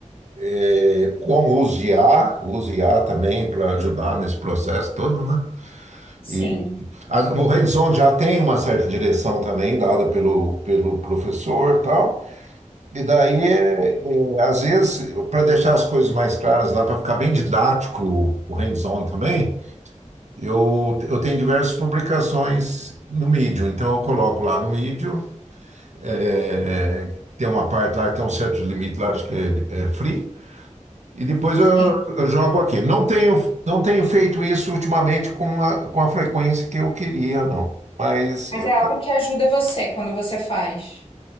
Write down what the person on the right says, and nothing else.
é, com o uso de I A, o uso de I A também para ajudar nesse processo todo, né?
E a, o hands-on já tem uma certa direção também dada pelo, pelo professor e tal, e daí, é, é, às vezes, para deixar as coisas mais claras lá, para ficar bem didático o o hands-on também, eu, eu tenho diversas publicações no Medium. Então, eu coloco lá no Medium é, é, tem uma parte lá, tem um certo limite lá, acho que é, é free. E depois eu,
eu jogo aqui. Não tenho, não tenho feito isso ultimamente com a, com a frequência que eu queria, não. Mas
eu-